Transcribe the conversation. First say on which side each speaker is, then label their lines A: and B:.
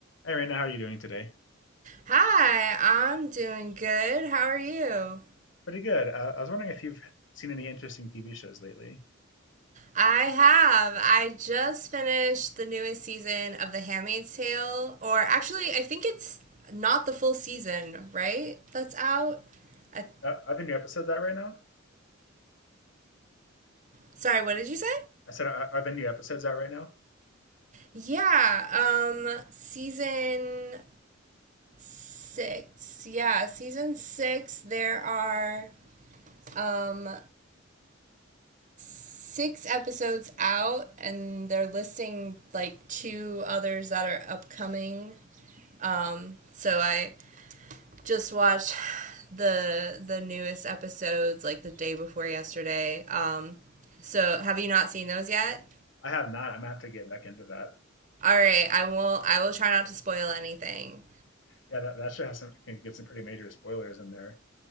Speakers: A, on the left; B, on the right.
A: Hey, Raina, how are you doing today?
B: Hi, I'm doing good. How are you?
A: Pretty good. Uh, I was wondering if you've seen any interesting TV shows lately.
B: I have. I just finished the newest season of The Handmaid's Tale, or actually, I think it's not the full season, right? That's out. I,
A: Uh, are there new episodes out right now?
B: sorry, what did you say?
A: I said, are, are there new episodes out right now?
B: Yeah, um, season six. Yeah, season six, there are um six episodes out, and they're listing like two others that are upcoming. Um, so I just watched the the newest episodes like the day before yesterday. Um, so have you not seen those yet?
A: I have not. I'm gonna have to get back into that.
B: All right, I will. I will try not to spoil anything.
A: Yeah, that, that show has some can get some pretty major spoilers in there.